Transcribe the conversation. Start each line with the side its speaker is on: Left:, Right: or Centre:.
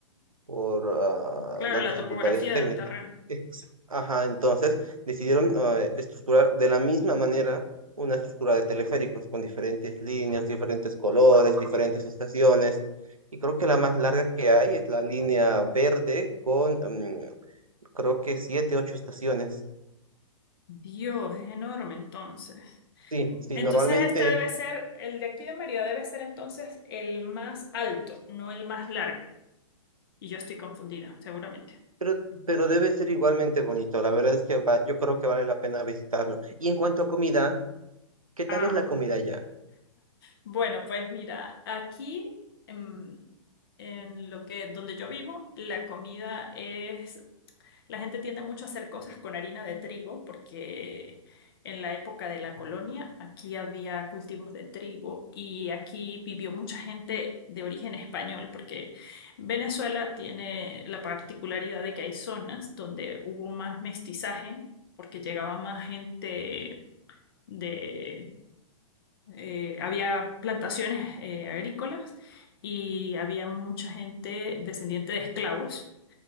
Right: por ah,
Left: Claro,
Right: las
Left: la
Right: dificultades
Left: topografía
Right: técnicas.
Left: del terreno.
Right: Ex- Ajá, entonces decidieron ah, estructurar de la misma manera una estructura de teleféricos con diferentes líneas, diferentes colores, diferentes estaciones. Y creo que la más larga que hay es la línea verde con mm, creo que siete, ocho estaciones.
Left: Dios, es enorme entonces.
Right: Sí, sí,
Left: Entonces
Right: normalmente,
Left: este debe ser, el de aquí de Mérida debe ser entonces el más alto, no el más largo. Y yo estoy confundida, seguramente.
Right: pero, pero debe ser igualmente bonito. La verdad es que va- yo creo que vale la pena visitarlo. Y en cuanto a comida, ¿qué tal
Left: Ah,
Right: es la comida allá?
Left: bueno, pues mira, aquí en, en lo que, donde yo vivo, la comida es La gente tiende mucho a hacer cosas con harina de trigo porque en la época de la colonia aquí había cultivos de trigo y aquí vivió mucha gente de origen español porque Venezuela tiene la particularidad de que hay zonas donde hubo más mestizaje porque llegaba más gente de... eh, había plantaciones eh, agrícolas y había mucha gente descendiente de esclavos